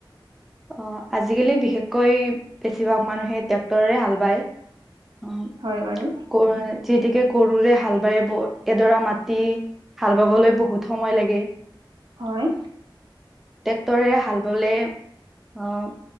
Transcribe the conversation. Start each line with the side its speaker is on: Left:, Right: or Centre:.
Centre: অ আজিকালি বিশেষকৈ বেছিভাগ মানুহে ট্ৰেক্টৰেৰে হাল বায় অ
Right: হয় বাৰু
Centre: যিতিকে গৰুৰে হাল বাই ব এডৰা মাটি হাল বাবলৈ বহুত সময় লাগে
Right: হয়
Centre: টেক্টৰে হাল বালে আহ